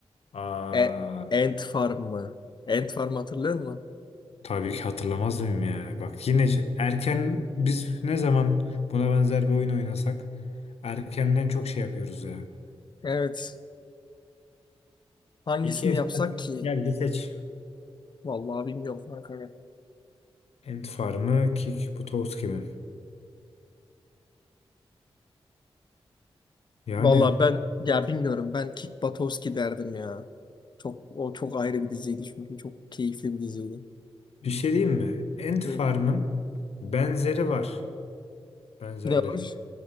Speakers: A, on the left (about 80°); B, on the left (about 45°).
A: Aa.
B: E, Ant Farm mı? Ant Farm hatırlıyor musun?
A: Tabii ki hatırlamaz mıyım ya? Bak yine ş- erken biz ne zaman buna benzer bir oyun oynasak erkenden çok şey yapıyoruz ya.
B: Evet. Hangisini
A: İki efsane
B: yapsak ki?
A: geldi seç.
B: Vallahi bilmiyorum kanka. ya.
A: Ant Farm'ı, Kick Butowski mi? Yani
B: Vallahi ben ya bilmiyorum. Ben Kick Buttowski derdim ya. Çok o çok ayrı bir diziydi çünkü çok keyifli bir diziydi.
A: bir şey diyeyim mi? Ant
B: Hı.
A: Farm'ın benzeri var. Benzerleri.
B: Ne olmuş?